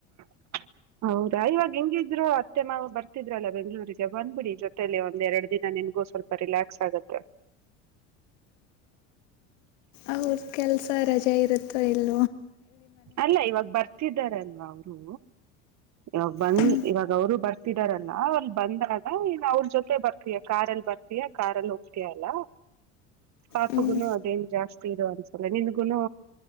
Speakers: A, on the right; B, on the left.
A: <inaudible> ಹೌದಾ ಇವಾಗ ಹಿಂಗಿದ್ರು ಅತ್ತೆ ಮಾವು ಬರ್ತಿದ್ಲ್ಲ ಬೆಂಗ್ಗಳೂರಿಗೆ ಬಂದ್ಬಿಡಿ ಜೊತೇಲಿ ಒಂದ್ ಎರಡು ದಿನ ನಗೂ ಸ್ವಲ್ಪ ರಿಲ್ಯಾಸ್ ಆಗುತ್ತೆ <inaudible>
B: ಅವ್ರ ಕೆಲ್ಸ ರಜೆ ಇರುತ್ತೋ ಇಲ್ಲ
A: ಅಲ್ಲ ಇವಾಗ ಬರ್ತಿದಾರಲ್ವಾ ಅವರು ಇವಾಗ ಬಂದ
B: ಹ್ಞೂ
A: ಇವಾಗ ಅವರು ಬರ್ತಿದಾರಲ್ಲ ಅವರ್ ಬಂದಾಗ ಅವ್ರ ಜೊತೆ ಬರ್ತಯ ಕಾರ್ ಅಲ್ಲಿ ಬರ್ತಯ ಕಾರ್ ಅಲ್ಲಿ ಹೋಗ್ತಿಯಅಲ್ಲ ಪಾಪಗುನು
B: ಹ್ಞೂ
A: ಅದೇನ್ ಜಾಸ್ತಿ ಇರ ಅನ್ಸಲ್ಲ ನಿಮಗುನು